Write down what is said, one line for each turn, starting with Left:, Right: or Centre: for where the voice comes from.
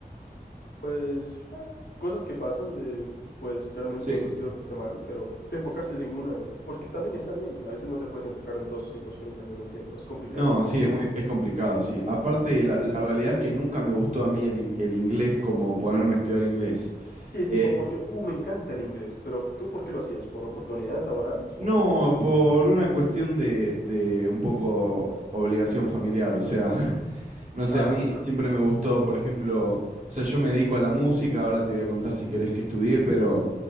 Left: Pues eh, cosas que pasan, de, pues realmente
Right: Sí.
Left: no considero que esté mal, pero te enfocaste en una, porque también está bien. A veces no te puedes enfocar en dos situaciones al mismo tiempo, es complicadísimo.
Right: No, sí, es muy, es complicado, sí. Aparte,
Left: Claro.
Right: la, la realidad es que nunca me gustó a mí el, in- el inglés como ponerme a estudiar inglés.
Left: Sí,
Right: Eh,
Left: tipo porque, uh, me encanta el inglés, pero ¿tú por qué lo hacías? ¿Por oportunidades laborales
Right: No,
Left: o...?
Right: por una cuestión de, de un poco obligación familiar, o sea, <laughs> no sé,
Left: Ah,
Right: a mí siempre me gustó, por ejemplo, o sea, yo me dedico a la música, ahora te voy a contar si querés que estudié, pero